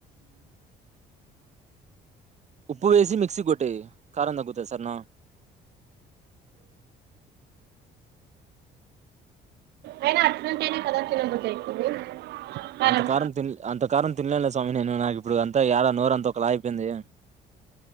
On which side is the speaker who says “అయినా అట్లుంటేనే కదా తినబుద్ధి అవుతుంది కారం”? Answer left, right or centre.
Right